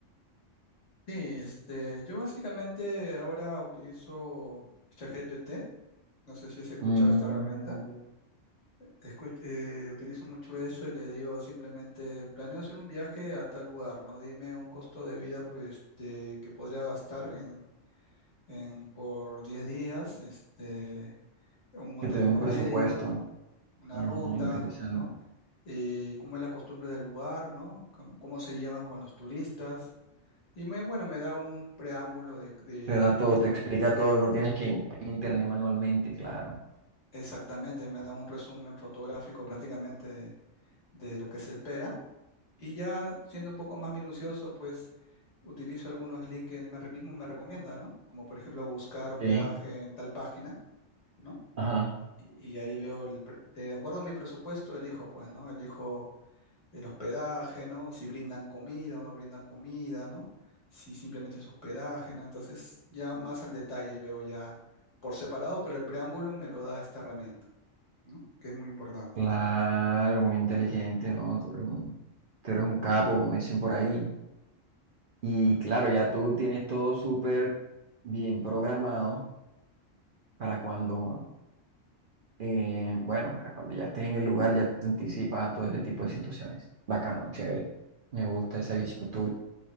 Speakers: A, on the left (about 65°); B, on the right (about 50°).
A: Sí, este, yo básicamente ahora utilizo ChatGPT. No sé si has escuchado
B: Mm,
A: esta herramienta. Escu- eh, utilizo mucho eso y le digo simplemente, planeo hacer un viaje a tal lugar, ¿no? Dime un costo de vida pues, este, que podría gastar en, en por 10 días, este, un hotel
B: que te dé
A: promedio,
B: un presupuesto.
A: ¿no? una
B: Ah,
A: ruta,
B: interesante.
A: ¿no? Eh, cómo es la costumbre del lugar, ¿no? Cómo, cómo se llevan con los turistas. Y me, bueno, me da un preámbulo de, de-
B: Te da
A: de cómo
B: todo, te explica todo, no tienes que buscar en internet manualmente, claro.
A: exactamente, me da un resumen fotográfico prácticamente de, de lo que se espera. Y ya siendo un poco más minucioso, pues utilizo algunos links que él me, re- mismo me recomienda, ¿no? Como por ejemplo buscar hospedaje
B: Sí.
A: en tal página, ¿no?
B: Ajá.
A: Y, y ahí veo, el pre- de acuerdo a mi presupuesto, elijo, pues, ¿no? Elijo el hospedaje, ¿no? Si brindan comida o no brindan comida, ¿no? Si simplemente es hospedaje, ¿no? Entonces, ya más al detalle veo ya por separado, pero el preámbulo me lo da esta herramienta, ¿no? Que es muy importante.
B: Claro, muy inteligente, ¿no? Tú eres un, tú eres un capo, como dicen por ahí. Y claro, ya tú tienes todo súper bien programado para cuando, eh, bueno, para cuando ya estés en el lugar, ya te anticipas a todo ese tipo de situaciones. Bacano, chévere. Me gusta esa visión tuya.